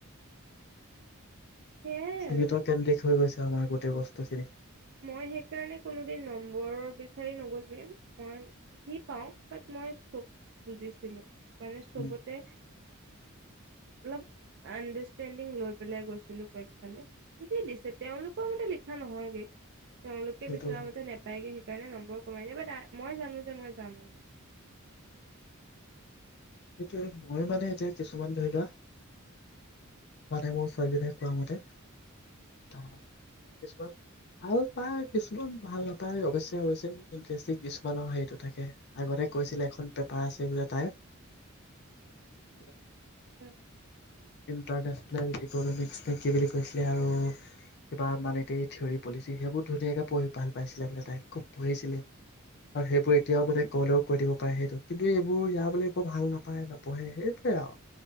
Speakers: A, on the right; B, on the left.
A: সেইয়াই
B: সীমিত
A: আৰু
B: কেন্দ্ৰিক হৈ গৈছে আমাৰ গোটেই বস্তুখিনি
A: মই সেইকাৰণে কোনোদিন নম্বৰ বিচাৰি নগলোৱে মই যি পাও বাট মই চব বুজিছিলো মানে চবতে
B: উম
A: অলপ আণ্ডাৰষ্টেণ্ডিং লৈ পেলাই গৈছিলো পৰীক্ষালে যি দিছে তেওঁলোকৰ মতে লিখা নহয়গে তেওঁলোকে
B: সেইটো
A: বিচৰা মতে নাপায়গে সেইকাৰণে নম বৰ কমাই দিয়ে বাট মই জানো যে মই জানো বস্তু
B: সেইটোৱে মই মানে এতিয়া কিছুমান ধৰি লোৱা মানে মোৰ ছোৱালীজনীয়ে কোৱা মতে তাই কিছুমান ভাল পায় কিছুমান ভাল নাপায় অৱশ্যে অৱশ্যে ইণ্টাৰেষ্টিং কিছুমানৰ হেৰিটো থাকে হে আগতে কৈছিলে এখন পেপাৰ আছে বোলে তাইৰ <inaudible>
A: উম
B: ইণ্টাৰনেচনেল ইকনমিক বেংকিং বুলি কৈছিলে আৰু কিবা মানে এ থিয়ৰৰি পলিচি সেইবোৰ ধুনীয়াকে পঢ়ি ভাল পাইছিলে বোলে তাই খুব পঢ়িছিলে আৰু সেইবোৰ এতিয়াও মানে কলেও কৈ দিব পাৰে সেইটো কিন্তু এইবোৰ ইয়াৰ বোলে এইবোৰ ভাল নাপায় নপঢ়ে সেইবোৰে আৰু